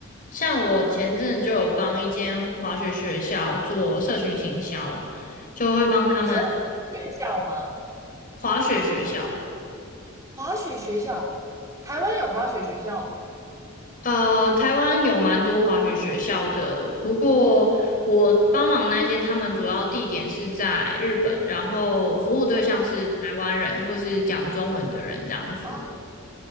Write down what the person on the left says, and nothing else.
像我前阵子就有帮一间滑雪学校做社群行销，就会帮他们
滑雪学校。
呃，台湾有蛮多滑雪学校的，不过我帮忙那间，他们主要地点是在日本，然后服务对象是台湾人或是讲中文的人这样子。